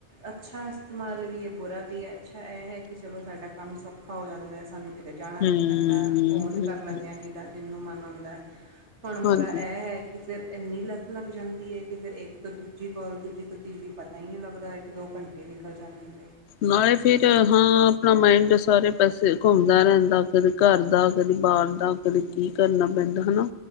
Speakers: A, on the right (about 80°); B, on the left (about 75°).
A: ਅੱਛਾ ਇਸਤੇਮਾਲ ਵੀ ਐ ਬੁਰਾ ਵੀ ਐ ਅੱਛਾ ਇਹ ਐ, ਕਿ ਚਲੋ ਸਾਡਾ ਕੰਮ ਸੌਖਾ ਹੋ ਜਾਂਦਾ ਸਾਨੂੰ ਕਿਤੇ ਜਾਣਾ
B: ਹਮ
A: ਨੀ ਪੈਂਦਾ ਫੋਨ
B: ਹਮ
A: ਕਰ ਲੈਂਦੇ ਆ, ਜਿਹਦਾ ਜਿਹਨੂੰ ਮਨ ਹੁੰਦਾ। ਹੁਣ ਬੁਰਾ
B: ਹਾਂਜੀ
A: ਇਹ ਆ ਕਿ ਫਿਰ ਇੰਨੀ ਲ ਲੱਗ ਜਾਂਦੀ ਐ ਕਿ ਫੇਰ ਇੱਕ ਤੋਂ ਦੂਜੀ ਕੋਲ ਦੂਜੀ ਤੋਂ ਤੀਜੀ, ਪਤਾ ਹੀ ਨਹੀਂ ਲੱਗਦਾ ਇੱਕ ਦੋ ਘੰਟੇ ਨਿਕਲ ਜਾਂਦੇ ਨੇ,
B: ਨਾਲੇ ਫੇਰ ਹਾਂ ਆਪਣਾ ਮਾਈਡ ਸਾਰੇ ਪਾਸੇ ਘੁੰਮਦਾ ਰਹਿੰਦਾ ਫੇਰ ਘਰ ਦਾ ਕਦੇ ਬਾਹਰ ਦਾ ਕਦੇ ਕੀ ਕਰਨਾ ਪੈਂਦਾ ਹਨਾ।